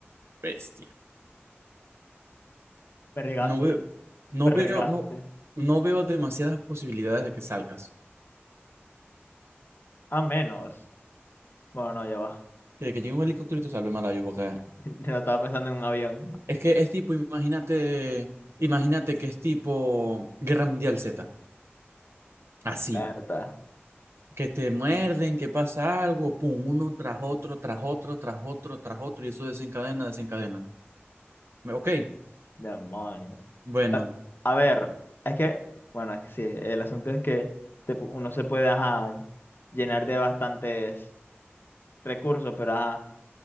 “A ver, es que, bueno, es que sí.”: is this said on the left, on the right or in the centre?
Left